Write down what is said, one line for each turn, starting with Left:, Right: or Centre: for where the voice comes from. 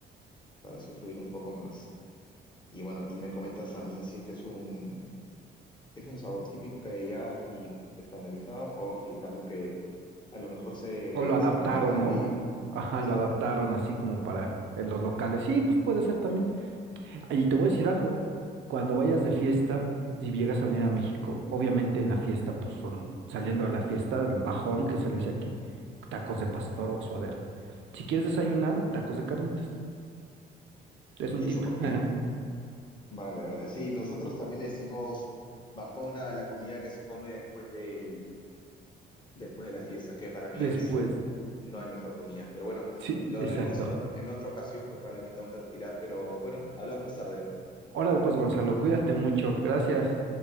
Left: para sufrir un poco más. Y bueno, y me comentas también si es que es un, es un sabor típico que hay allá, así estandarizado, o si es algo que a lo mejor se,
Right: O lo adaptaron,
Left: se inventaron aquí.
Right: ¿no? Ajá,
Left: Sí.
Right: lo adaptaron así como para eh, los locales. Sí, pues puede ser también. Y te voy a decir algo, cuando vayas de fiesta y llegas a venir a México, obviamente en la fiesta, pues son, saliendo de la fiesta, el bajón que se le dice aquí, tacos de pastor o suadero. Si quieres desayunar, tacos de carnitas. Es un
Left: Y
Right: tip.
Left: eso porque,
Right: <laughs>
Left: vale, vale. Sí, nosotros también le decimos bajona a la comida que se come después del, después de la fiesta, que para mí
Right: Después,
Left: es, no hay mejor comida. Pero bueno,
Right: sí,
Left: lo
Right: exacto.
Left: hablaremos en otro, en otra ocasión, porque ahora me tengo que retirar, pero bueno, hablamos más tarde.
Right: Órale, pues, Gonzalo, cuídate mucho. Gracias.